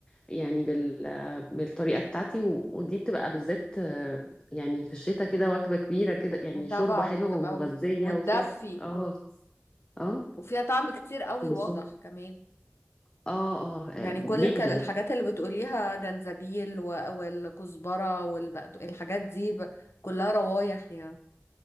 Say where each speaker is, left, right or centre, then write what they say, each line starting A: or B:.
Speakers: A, on the left (about 20°); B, on the left (about 75°).
A: يعني بال... بالطريقة بتاعتي و... ودي بتبقى بالذات آه، يعني في الشتاء كده وجبة كبيرة كده يعني
B: طبعا
A: شوربة حلوة
B: تبقى
A: ومغذية
B: وتدفي
A: وفيها اه اه
B: وفيها طعم كتير قوي
A: بس
B: واضح
A: اه
B: كمان
A: اه آه،
B: يعني كل
A: جدا
B: الك- الحاجات اللي بتقوليها جنزبيل و- والكزبرة والبقدونس الحاجات دي ب- كلها روايح يعني